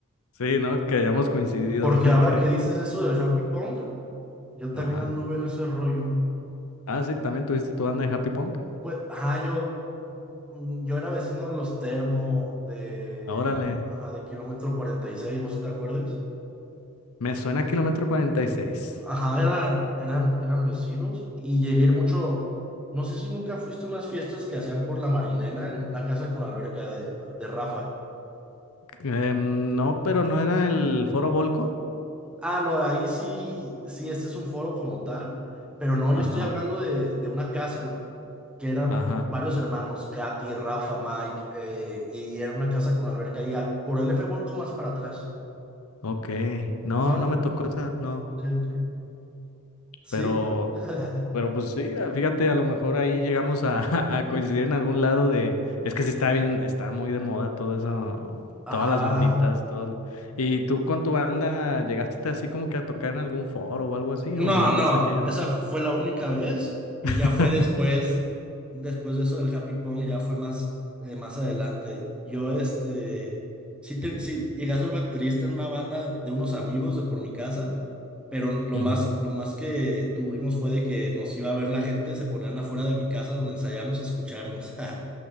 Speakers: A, on the left (about 80°); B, in the centre.
A: Sí, ¿no? Que hayamos coincidido
B: Porque
A: <laughs> de
B: ahora
A: que...
B: que dices eso del Happy Pong, Yo
A: Ajá.
B: también anduve en ese rollo.
A: Ah, sí, también tuviste tu banda de Happy Punk.
B: Pues, ajá, yo, mm, yo era vecino de los Termo, de,
A: Órale.
B: ajá, de kilómetro 46, no sé si te acuerdas.
A: Me suena a Kilómetro 46.
B: Ajá, eran, eran, eran vecinos y llegué a ir mucho. No sé si nunca fuiste a unas fiestas que hacían por la Marinela en la casa con alberca de, de Rafa.
A: Em, no, pero no era el Foro Volco.
B: Ah, no, ahí sí, sí, este es un foro como tal, pero no,
A: Ajá.
B: yo estoy hablando de, de una casa que eran
A: Ajá.
B: varios hermanos, Katy, Rafa, Mike, eh, y era una casa con alberca y a- por el F Volco más para atrás.
A: Ok, no,
B: No,
A: no me tocó
B: no,
A: esa, no,
B: ok, ok. Sí.
A: pero,
B: <laughs>
A: pero pues sí, ah, fíjate, a lo mejor ahí llegamos a, <laughs> a coincidir en algún lado de, es que sí está bien, está muy de moda todo eso,
B: Ajá.
A: todas las banditas, todo. ¿Y tú con tu banda llegaste así como que a tocar en algún foro o algo así,
B: No,
A: o nada
B: no,
A: más aquella
B: esa
A: vez?
B: fue la única vez y
A: <laughs>
B: ya fue después, después de eso del Happy Pong, ya fue más, eh, más adelante. Yo, este, sí, te- sí llegué a ser baterista en una banda de unos amigos de por mi casa, pero lo
A: Ujú,
B: más, lo más que tuvimos fue de que nos iba a ver la gente, se ponían afuera de mi casa donde ensayamos a escucharnos,